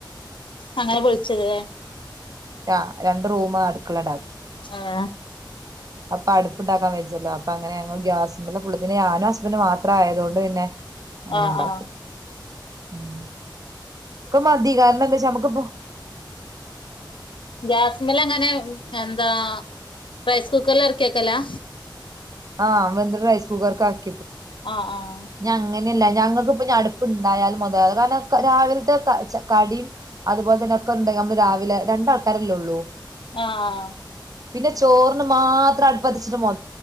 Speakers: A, on the left; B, on the right.
A: അങ്ങനെ പൊള്ളിച്ചത് ലെ
B: ആ രണ്ട് റൂമ് അടുക്കളങ്ങട്ടാക്കി
A: ഏഹ്
B: അപ്പൊ അടുപ്പുണ്ടാക്കാൻ വച്ചല്ലോ അപ്പ അങ്ങനെ ഞങ്ങള് ഗ്യാസ്മിൽ ഫുള്ള് പിന്നെ ഞാനും ഹസ്ബൻഡ് മാത്രം ആയതൊണ്ട് പിന്നെ അങ്ങനെണ്ടാക്കും
A: ആഹ് ആഹ്
B: ഉം ക്ക് മതി കാരണെന്തചാ അമ്മക്ക്
A: ഗ്യസ്മിൽ അങ്ങനെ ഉം എന്താ റൈസ് കുക്കറില ഇറക്കിക്കലാ
B: ആഹ അമത് റൈസ് കുക്കർക്കാക്കി
A: ആഹ ആഹ
B: ഞാൻ അങ്ങനെയല്ല ഞങ്ങൾകിപ്പഞ്ഞിടുപ്പ് ഇണ്ടായാലും മുതലാവൂല കാരണം രാവിലത്തെ ചാ കടിം അ അതുപോലെ തന്നെ ഒക്ക ഉണ്ടെ നമ്മ രാവില രണ്ടാ ൾക്കാരല്ലേ ഉള്ളൂ
A: ആഹ
B: പിന്നെ ചോറിന് മാത്രം അട്പ്പത്തിച്ചിട്ട് മൊ